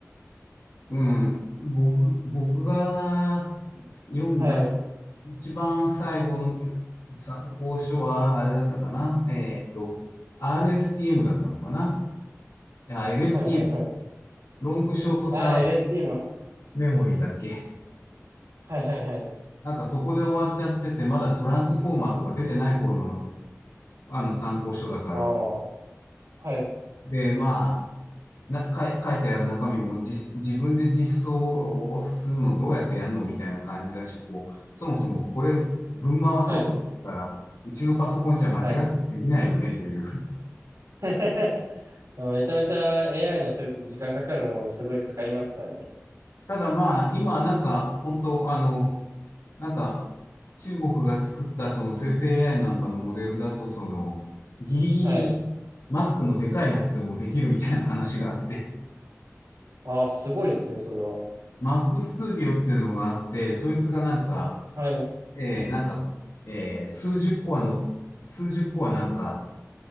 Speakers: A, on the left (about 80°); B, on the right (about 75°).
A: うん、僕、僕が読んだ
B: はい。
A: 一番最後の参考書は、あれだったかなえっと、RSTM だったのかないや、LSTM、
B: はいはいはい。
A: ロングショートターム
B: ああ、LST も。
A: メモリーだっけ
B: はいはいはい。
A: なんかそこで終わっちゃってて、まだトランスフォーマーとか出てない頃のあの参考書だから。
B: ああ、はい。
A: で、まあ、な、かい、書いてある中身もじ、自分で実装をするのどうやってやるのみたいな感じだし、こう、そもそもこれ、ぶん回そうと思ったら、
B: はい。
A: うちのパソコンじゃ間違ってできないよね、
B: はい。
A: という。
B: <laughs> あめちゃめちゃ AI の処理って時間かかるものすごいかかりますからね。
A: <laughs> ただまあ、今はなんか、本当あの、なんか、中国が作ったその生成 AI なんかのモデルだと、その、ギリギリ
B: はい。
A: Mac のでかいやつでもできるみたいな話があって、
B: ああ、すごいっすね、それは。
A: <laughs> Mac Studio っていうのがあって、そいつがなんか、
B: はい。
A: えー、なんか、えー、数十コアの、数十コアなんか、